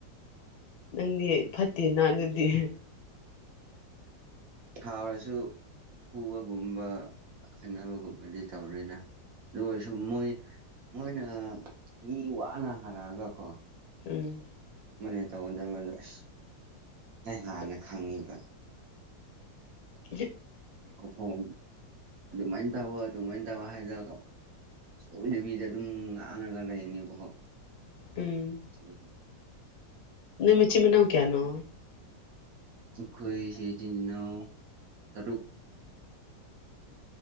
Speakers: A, on the left; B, on the right.
A: ꯅꯪꯗꯤ ꯐꯠꯇꯦ ꯅ ꯑꯗꯨꯗꯤ
B: ꯊꯥꯎꯔꯁꯨ ꯄꯨꯕꯒꯨꯝꯕ ꯈꯟꯅꯕꯒꯨꯝꯕꯗꯤ ꯇꯧꯔꯤꯅ ꯑꯗꯨꯒ ꯑꯣꯏꯔꯁꯨ ꯃꯣꯏ ꯃꯣꯏꯅ ꯃꯤ ꯋꯥꯅ ꯍꯜꯂꯛꯑꯒ ꯀꯣ
A: ꯎꯝ
B: ꯃꯅ ꯇꯧꯒꯗꯕꯗꯣ ꯑꯁ ꯑꯩ ꯍꯥꯟꯅ ꯈꯪꯉꯤꯕ
A: ꯌ
B: ꯑꯣ ꯐ ꯑꯗꯨꯃꯥꯏꯅ ꯇꯧꯋꯣ ꯑꯗꯨꯃꯥꯏꯅ ꯇꯧꯔ ꯍꯥꯏꯗꯔꯒ ꯁꯣꯏꯗꯕꯤꯗ ꯑꯗꯨꯝ ꯉꯥꯡꯉꯒ ꯂꯩꯅꯦꯕꯀꯣ
A: ꯎꯝ
B: <unintelligible> <unintelligible>
A: ꯅ ꯃ ꯆꯤꯃꯤꯅꯥ ꯀꯌꯥꯅꯣ
B: ꯈꯣꯏꯁꯤ ꯆꯤꯟꯅ ꯇꯣꯛ